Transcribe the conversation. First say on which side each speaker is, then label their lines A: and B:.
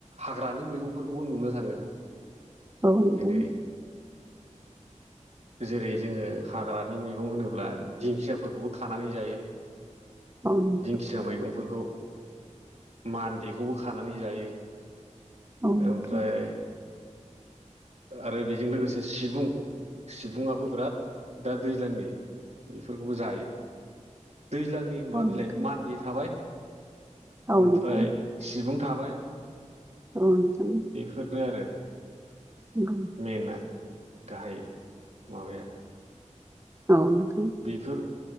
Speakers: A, on the right; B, on the right.
A: हाग्रानि मैगंफोरखौबो नुनो थाङो
B: ब
A: जेरै
B: द
A: जेरै जोङो हाग्रानि मैगं होनोब्ला दिंखियाफोरखौबो खानानै जायो
B: औ नोंथां
A: दिंखिया मैगंफोरखौ मानदेखौबो खानानै जायो।
B: औ नोंथां औ नोंथां
A: ओमफ्राय आरो बेजों लोगोसे सिबुं सिबुङआो बिराद दा दैज्लांनि बेफोरखौबो जायो दैज्लांनि होनबा
B: औ नोंथां
A: बिलाइ मान्दि थाबाय
B: औ
A: ओमफ्राय
B: नोंथां
A: सिबुं थाबाय
B: औ नोंथां
A: बेफोरनो आरो
B: <inaudible>
A: मना गाहाय मावाबाया
B: औ नोंथां।
A: बेफोर